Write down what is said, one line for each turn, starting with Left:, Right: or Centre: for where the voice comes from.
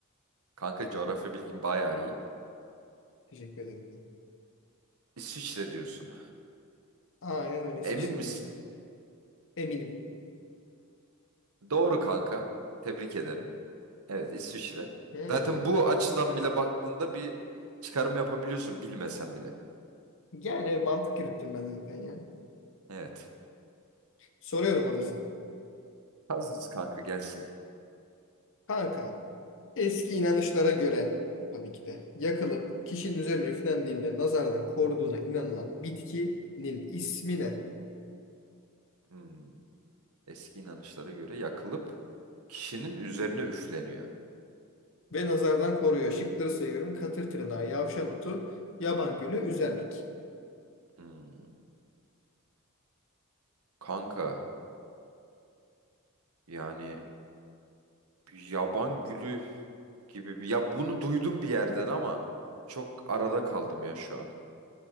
Right: Kanka coğrafya bilgin bayağı iyi.
Left: Teşekkür ederim.
Right: İsviçre diyorsun.
Left: Aynen öyle İsviçre
Right: Emin misin?
Left: diyorum. Eminim.
Right: Doğru kanka. Tebrik ederim. Evet, İsviçre.
Left: Hmm.
Right: Zaten bu açıdan bile baktığında bir çıkarım yapabiliyorsun bilmesen bile.
Left: Yani mantık yürüttüm ben de zaten ya.
Right: Evet.
Left: Soruyorum hazırsan.
Right: Hazırız kanka gelsin.
Left: Kanka Eski inanışlara göre tabii ki de yakılıp kişinin üzerine üflendiğinde nazardan koruduğuna inanılan bitkinin ismi ne?
Right: Hmm. Eski inanışlara göre yakılıp kişinin üzerine üfleniyor.
Left: Ve nazardan koruyor. Şıkları sayıyorum. Katır tırnağı, yavşan otu, yaban gülü, üzerlik.
Right: Hmm. Kanka yani bir yaban gülü gibi bir... Ya bunu duydum bir yerden ama çok arada kaldım ya şu an.